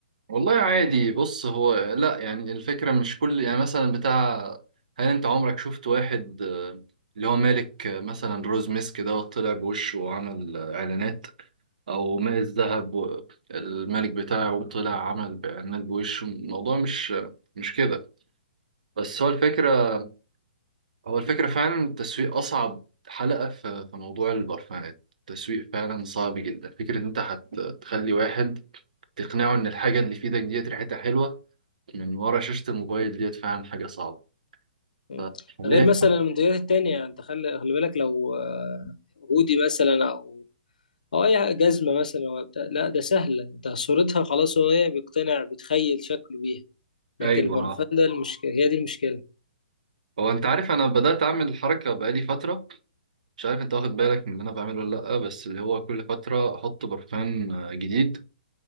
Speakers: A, on the right; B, on the left.
A: والله عادي بص هو لا يعني الفكرة مش كل يعني مثلا بتاع هل انت عمرك شفت واحد آه، اللي هو مالك آه، مثلا روز ميسك ده طلع بوشه وعمل آه، اعلانات او ماء الذهب و- الملك بتاعه طلع عمل باعلانات بوشه الموضوع مش مش كده بس هو الفكرة هو الفكرة فعلا التسويق اصعب حلقة في في موضوع البرفانات التسويق فعلا صعب جدا فكرة ان انت هتخلي واحد تقنعه ان الحاجة اللي في ايدك ديت ريحتها حلوة من ورا شاشة الموبايل ديت فعلا حاجة صعبة
B: مم.
A: فحاليا
B: غير مثلا المنتجات التانية انت خلي خلي بالك لو آه، هودي مثلا او او اي جزمة مثلا ولا بتاع لا ده سهلة انت صورتها خلاص هو هي بيقتنع بيتخيل شكله بيها لكن
A: ايوه
B: البرفان
A: ها.
B: ده المشكلة هي دي المشكلة
A: هو انت عارف انا بدأت اعمل الحركة بقالي فترة مش عارف انت واخد بالك من اللي انا بعمله ولا لأ بس اللي هو كل فترة احط برفان آه، جديد